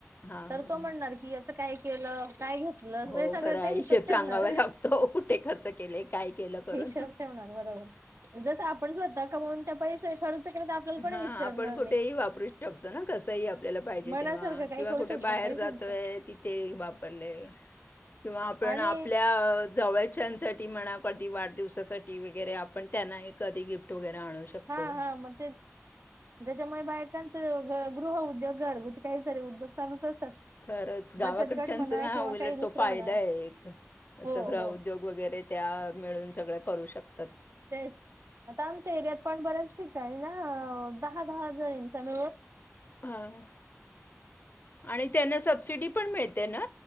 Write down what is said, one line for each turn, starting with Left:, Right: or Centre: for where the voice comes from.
Left: हां,
Right: तर
Left: हां.
Right: तो म्हणणार की याच काय केलं काय घेतलंे
Left: हो
Right: सगळ
Left: खरा
Right: ते
Left: हिशेब
Right: हिशोब ठेवणार
Left: सांगावा लागतो कुठे खर्च केले, काय केलं करून.
Right: हिशोब ठेवणार बरोबर जस आपण स्वतः कून त्या पैसे खर्च केले तर आपल्याला
Left: हा
Right: कोणी विचारणार
Left: आपण कुठेही
Right: नाही.
Left: वापरू शकतो ना कसही आपल्याला पाहिजे
Right: मनासारखं
Left: तेव्हा
Right: काही
Left: किंवा
Right: करू
Left: कुठे
Right: शकतो
Left: बाहेर
Right: पैशांचं
Left: जातोय तिथे वापरले किंवा आपण
Right: आणि
Left: आपल्या जवळच्यासाठी म्हणा अधी वाढदवसासाठी वगैरे आपण त्यांना कधी गिफ्ट वगैरे आणू शकतो
Right: हा हा मग त्याच्यामुळे बायकां गृह उद्योग घरगु काहीत उद्योग चालूच असतात
Left: खरंच गावाकडच्यांचं
Right: बचत गट म्हणा
Left: ना
Right: किंवा
Left: उलट
Right: काही दुसरं
Left: तो फायदा
Right: म्हणा
Left: आहे एक
Right: हो
Left: स ग्र
Right: हो
Left: उद्योग वगैरे त्या मिळून सगळं करू शको
Right: तेच आता आमच्या एरियात पण बऱ्याच ठठीक काय ना दहा दहा जणंचाम
Left: हा आणि त्यांना सबसिडी पण मिळते ना